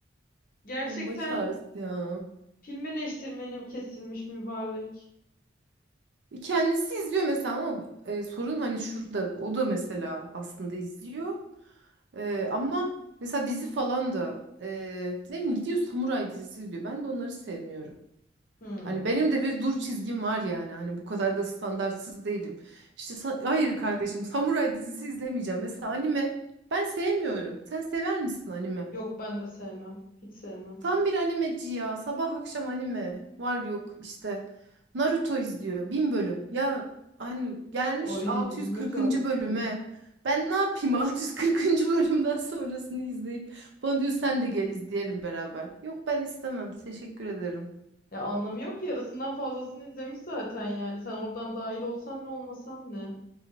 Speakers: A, on the right; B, on the left.
A: <laughs>
B: gerçekten
A: Hani baş ağrısı ya.
B: film eleştirmeni kesilmiş mübarek.
A: E, Kendisi izliyor mesela ama e, sorun hani şurada. O da mesela aslında izliyor. E, ama mesela dizi falan da e, ne bileyim gidiyor samuray dizisi izliyor. Ben de onları sevmiyorum.
B: Hmm.
A: Hani benim de bir dur çizgim var yani. Hani bu kadar da standartsız değilim. İşte sa- hayır kardeşim samuray dizisi izlemeyeceğim. Mesela anime ben sevmiyorum. Sen sever misin anime?
B: Yok ben de sevmem. Hiç sevmem.
A: Tam bir animeci ya. Sabah akşam anime. Var yok işte. Naruto izliyor. Bin bölüm. Ya hani gelmiş
B: Ay
A: 640.
B: ömür törpüsü.
A: bölüme. Ben ne yapayım <laughs> 640. bölümden sonrasını izleyip. Bana diyor sen de gel izleyelim beraber. Yok ben istemem. Teşekkür ederim.
B: Ya anlamı yok ki yarısından fazlasını izlemiş zaten yani. Sen oradan dahil olsan ne olmasan ne.